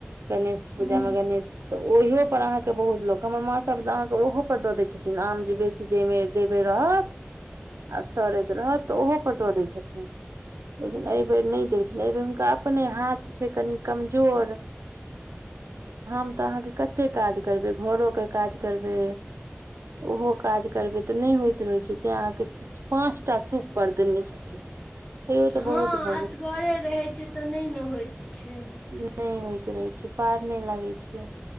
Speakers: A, on the right; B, on the left.
A: गणेश पूजा
B: ह
A: ले गणेश त ओहिये पर अहाँ बहुत लोक हमर माँ सभ अहाँके ओहो पर दऽ दै छथिन आम जे बेसी जे जै बेर रहत आ सड़ैत रहत तऽ ओहो पर दऽ दै छथिन लेकिन ऐ बेेर नै देलखिन ऐ बेर हुनका अपने हाथ छै कनि कमजोर। हम तऽ अहाँके कते काज करबै घरोे काज करबै ओहो काज करबै तऽ नै होइत रहै छै तैं अहाँके पाँच टा सुूप पर देने छथिन। तैयो तऽ
B: हँ
A: बहुत भऽ
B: असगरे रहै छै तऽ नहि ने होइत छै।
A: गेल नहि होइत रहै छी पार नहि लागै छियै।